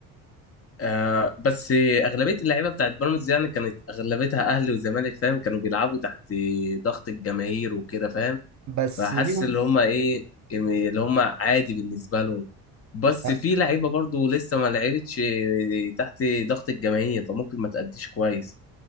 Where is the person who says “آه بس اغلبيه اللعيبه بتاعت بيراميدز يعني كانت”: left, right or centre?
Left